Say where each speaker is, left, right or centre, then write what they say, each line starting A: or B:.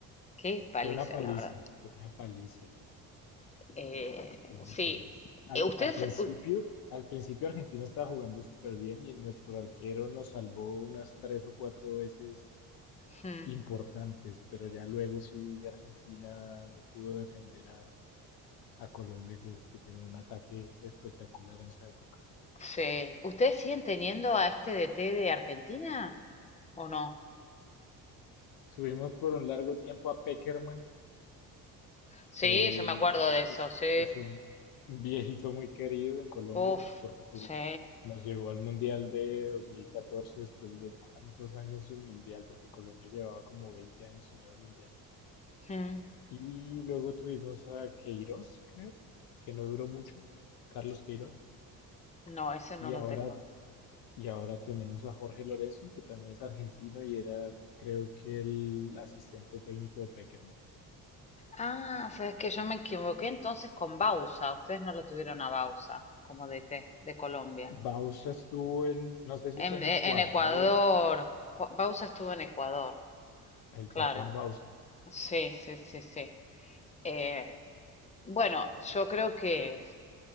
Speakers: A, on the left (about 20°); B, on the left (about 85°).
A: qué paliza,
B: Fue una paliza,
A: la verdad.
B: fue una paliza,
A: Eh,
B: fue una
A: sí,
B: paliza. Al,
A: Eh, ustedes,
B: al principio,
A: u-
B: al principio Argentina estaba jugando súper bien y nuestro arquero nos salvó unas tres o cuatro veces
A: hmm,
B: importantes, pero ya luego sí Argentina no pudo defender a, a Colombia que que tenía un ataque espectacular en esa época.
A: sí, ¿ustedes siguen teniendo a este DT de Argentina o no?
B: Tuvimos por un largo tiempo a Peckerman,
A: Sí,
B: que
A: yo me acuerdo de
B: es,
A: eso, sí.
B: es un un viejito muy querido en Colombia,
A: Uf,
B: porque pues
A: sí.
B: nos llevó al Mundial de 2014 después de tantos años sin Mundial, porque Colombia llevaba como 20 años sin ir al Mundial.
A: Hmm.
B: Y luego tuvimos a Queiroz, creo, que no duró mucho, Carlos Queiroz.
A: No, ese no
B: Y
A: lo
B: ahora,
A: tengo.
B: y ahora tenemos a Jorge Lorenzo, que también es argentino y era, creo que, el asistente técnico de Peckerman.
A: Ah, sabes que yo me equivoqué entonces con Bausa. Ustedes no lo tuvieron a Bausa como DT de Colombia.
B: Bausa estuvo en, no sé si fue
A: En,
B: en
A: e-
B: Ecuador
A: en Ecuador, Cua- Bausa estuvo en Ecuador,
B: El
A: claro.
B: Patón Bausa.
A: Sí, sí, sí, sí. Eh, bueno, yo creo que